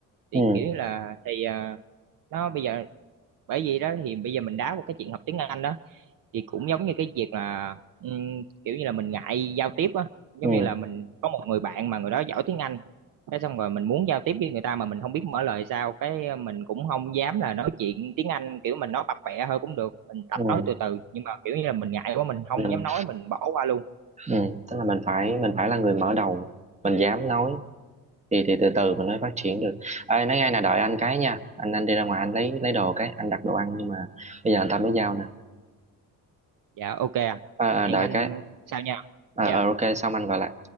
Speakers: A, on the right (about 60°); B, on the right (about 20°).
A: thì
B: ừ
A: kiểu như là thì ờ, nó bây giờ bởi vì đó thì bây giờ mình đá qua cái chuyện học tiếng Anh đó thì cũng giống như cái việc là ừm, kiểu như là mình ngại giao tiếp á giống
B: ừ
A: như là mình có một người bạn mà người đó giỏi tiếng Anh thế xong rồi mình muốn giao tiếp với người ta mà mình không biết mở lời sao cái ờ, mình cũng không dám là nói chuyện tiếng Anh kiểu mình nói bập bẹ hơi cũng được mình tập
B: ừ
A: nói từ từ nhưng mà kiểu như là mình ngại quá mình không
B: Mình,
A: dám nói mình bỏ qua luôn
B: ừ. tức là mình phải mình phải là người mở đầu mình dám nói thì thì từ từ mình mới phát triển được ai nói ngay là đợi anh cái nha anh anh đi ra ngoài anh lấy lấy đồ cái anh đặt đồ ăn nhưng mà bây giờ anh ta mới giao nè
A: dạ ok anh
B: Ờ, ờ,
A: hẹn
B: đợi
A: anh
B: cái
A: sau nha
B: Ờ,
A: Dạ.
B: ờ, ok xong anh gọi lại